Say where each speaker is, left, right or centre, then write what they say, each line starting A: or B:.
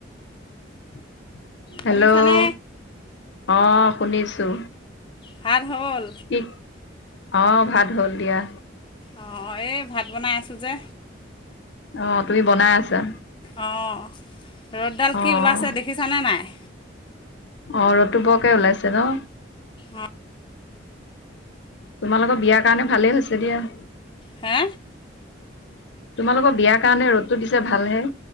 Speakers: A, on the left; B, on the left.
A: <inaudible> Hello
B: শুনিছানে
A: অ' শুনিছো।
B: ভাত হ'ল
A: কি, অঁ ভাত হ'ল দিয়া।
B: অঁ এই ভাত বনাই আছোঁ যে।
A: অঁ তুমি বনাই আছা?
B: অঁ ৰ'দডাল
A: অঁ
B: কি ওলাইছে দেখিছানে নাই?
A: অঁহ ৰ'দটো বকে ওলাইছে ন?
B: অঁ
A: তোমালোকৰ বিয়াৰ কাৰণে ভালেই হৈছে দিয়া।
B: হা?
A: তোমালোকৰ বিয়াৰ কাৰণে ৰ'দতো দিছে ভালহে।